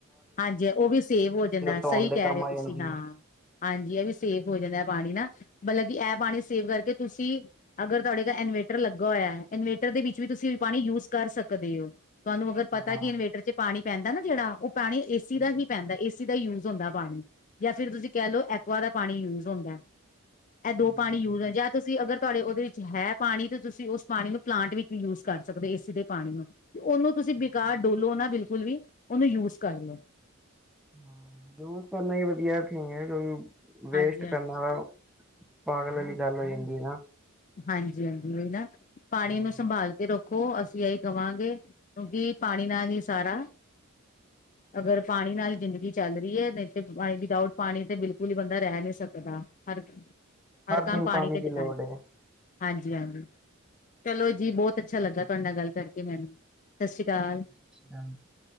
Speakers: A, on the left; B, in the centre.
A: ਹਾਂਜੀ, ਓ ਵੀ ਸੇਵ ਹੋ ਜਾਂਦਾ,
B: ਧੋਣ
A: ਸਈ
B: ਦੇ
A: ਕੈ
B: ਕੰਮ
A: ਰੇ ਓ
B: ਆ
A: ਤੁਸੀਂ
B: ਜਾਂਦੀ
A: ਹਾਂ।
B: ਹੈ।
A: ਹਾਂਜੀ। ਐ ਵੀ ਸੇਵ ਹੋ ਜਾਂਦਾ ਪਾਣੀ ਨਾ। ਮਤਲਬ ਕਿ ਐ ਪਾਣੀ ਸੇਵ ਕਰਕੇ ਤੁਸੀ ਅਗਰ ਤੁਆਡੇ ਘਰ ਇਨਵੇਟਰ ਲੱਗਾ ਹੋਏਆ, ਇਨਵੇਟਰ ਦੇ ਵਿੱਚ ਵੀ ਤੁਸੀ ਪਾਣੀ ਯੂਜ ਕਰ ਸਕਦੇ ਓ। ਤੁਆਨੂੰ ਅਗਰ ਪਤਾ
B: ਹਾਂ
A: ਕਿ ਇਨਵੇਟਰ ਚ ਪਾਣੀ ਪੈਂਦਾ ਨਾ ਜੇੜਾ ਓ ਪਾਣੀ ਏ
B: ਹਾਂਜੀ
A: ਸੀ ਦਾ ਹੀ ਪੈਂਦਾ ਏ ਸੀ ਦਾ ਈ ਯੂਜ ਹੁੰਦਾ ਪਾਣੀ। ਜਾਂ ਫੇਰ ਤੁਸੀ ਕੈ ਲਓ ਐਕੁਆ ਦਾ ਪਾਣੀ ਯੂਜ ਹੁੰਦੈ।
B: ਹਾਂਜੀ
A: ਐ ਦੋ ਪਾਣੀ
B: ਹਾਂਜੀ
A: ਯੂਜ ਐ। ਜਾਂ ਤੁਸ ਅਗਰ ਤੁਆਡੇ ਓਦੇ ਚ ਹੈ ਪਾਣੀ ਤਾਂ ਤੁਸੀ ਉਸ ਪਾਣੀ ਨੂੰ ਪਲਾਂਟ ਵਿੱਚ ਵੀ ਯੂਜ ਕਰ ਸਕਦੇ ਓ। ਏ ਸੀ ਦੇ ਪਾਣੀ ਨੂੰ। ਤੇ ਔਨੂੰ ਤੁਸੀ
B: ਸਹੀ
A: ਬੇਕਾਰ
B: ਗੱਲ
A: ਡੋਲੋ ਨਾ ਬਿਲਕੁਲ ਵੀ ਓਨੂੰ ਯੂਜ਼ ਕਰ ਲੋ।
B: ਹਾਂ, ਯੂਜ ਕਰਨਾ ਈ ਵਧੀਆ ਐ ਕਿਉਂਕਿ ਵੇਸਟ
A: ਹਾਂਜੀ ਹਾਂਜੀ
B: ਕਰਨਾ ਪਾਗਲ ਵਾਲੀ ਗੱਲ ਹੋ ਜਾਂਦੀ ਐ ਨਾ।
A: ਹਾਂਜੀ ਹਾਂਜੀ, ਓਈ ਨਾ ਪਾਣੀ
B: ਹਾਂ
A: ਨੂੰ ਸੰਭਾਲ ਕੇ ਰੱਖ ਖੋ, ਅਸੀ ਐਹੀ ਕਵਾਂਗੇ ਕਿਉਂਕਿ ਪਾਣੀ ਨਾਲ ਈ ਸਾਰਾ ਅਗਰ ਪਾਣੀ ਨਾਲ ਈ ਜਿਂਦਗੀ ਚੱਲ ਰੀ ਏ। ਨਈ ਤੇ ਪਾਣੀ ਵਿਦਾਉਟ ਪਾਣੀ ਤੇ ਬਿਲਕੁਲ ਈ ਬੰਦਾ ਰੈ ਨੀ ਸਕਦਾ। ਹਰ ਹਰ
B: ਦਿਨ
A: ਕੰਮ ਪਾਣੀ ਤੇ
B: ਦੀ
A: ਡਿਪੈਂਡ
B: ਲੋੜ
A: ਐ।
B: ਹੈ।
A: ਹਾਂਜੀ ਹਾਂਜੀ। ਚਲੋ ਜੀ ਬੋਤ ਅੱਛਾ ਲੱਗਾ ਤੁਆਡੇ ਨਾਲ ਗੱਲ ਕਰਕੇ ਮੈਨੂੰ। ਸਤਿ ਸ਼੍ਰੀ ਅਕਾਲ।
B: <unintelligible>